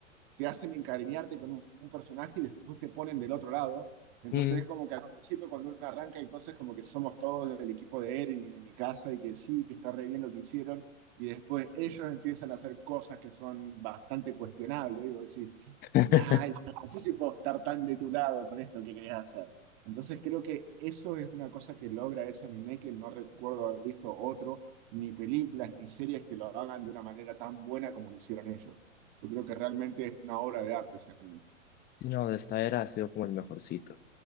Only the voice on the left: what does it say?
Mm,
<laughs>
y No, de esta era ha sido como el mejorcito.